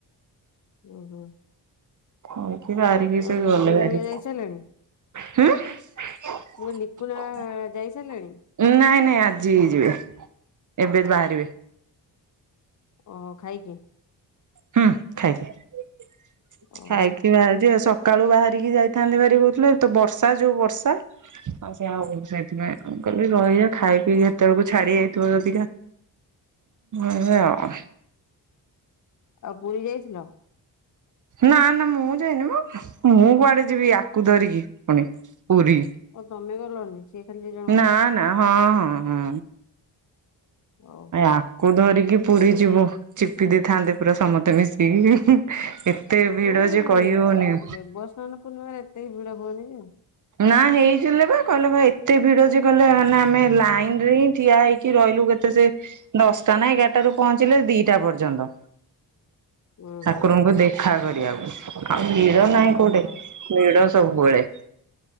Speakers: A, on the left; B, on the right.
A: ଉଁ ହୁଁ।
B: ଏଇଠୁ ବାହାରିକି
A: ଆଉ
B: ସେଇ ଗଲେ
A: ଲିକୁନା
B: ଭାରି
A: ହେରିକା ଯାଇ ସାରିଲେଣି?
B: ହୁଁ ନାଇଁ
A: ମୁଁ କହିଲି ଲିକୁନା ଯାଇ ସାରିଲେଣି?
B: ନାଇଁ ଆଜି ହେଇଯିବେ। ଏବେ ବାହାରିବେ।
A: ଓ ଖାଇକି
B: ହୁଁ ଖାଇକି
A: ଓହୋ
B: ଖାଇକି ବାହାରିଯିବା ସ ସକାଳୁ ବାହାରିକି ଯାଇଥାନ୍ତି ଭାରି କହୁଥିଲେ ତ ବର୍ଷା ଯୋଉ ବର୍ଷା। ଆଉ ସେଆ ହଉ ସେଇଥିପାଇଁ କହିଲି ରହିବା ଖାଇ ପିଇକି କେତେବେଳକୁ ଛାଡି ଯାଇଥିବ ଯଦିକା ଏଇଆ ଆଉ
A: ଆଉ ପୁରୀ ଯାଇଥିଲ?
B: ନା ନା ମୁଁ ଯାଇନି ମୁ ମୁଁ କୁଆଡେ ଯିବି ଆକୁ ଧରିକି ପୁଣି ପୁରୀ
A: ଓ ତମେ ଗଲନି ସିଏ ଖାଲି ଦି ଜଣ ଗଲେ
B: ନା ନା ହଁ ହଁ ହଁ।
A: ଓହୋ
B: ଆକୁ ଧରିକି ପୁରୀ ଯିବ ଚିପି ଦେଇଥାନ୍ତେ ପୁରା ସମସ୍ତେ ମିଶିକି ଏତେ ଭିଡ
A: ଏଇ
B: ଯେ କହିହେଉନାହିଁ
A: ଦେବସ୍ନାନ ପୂର୍ଣ୍ଣିମାରେ ଏତେ ଭିଡ ହୁଏନି ଯେ
B: ନା ହେଇଥିଲେ ବା କହିଲ ବା ଏତେ ଭିଡ ଯେ କହିଲ ମାନେ ଆମେ ଲାଇନ ରେ ହିଁ ଠିଆ ହେଇଛି ରହିଲୁ କେତେ ସେ ଦଶଟା ନା ଏଗାରଟା ରାରୁ ପହଞ୍ଚିଲେ ଦିଟା ପର୍ଯ୍ୟନ୍ତ
A: ଉଁ
B: ଠାକୁରଙ୍କୁ
A: ହୁଁ
B: ଦେଖା କରିବାକୁ ଆଉ ଭିଡ ନାହିଁ କୋଉଠି
A: ଓହୋ
B: ଭିଡ ସବୁବେଳେ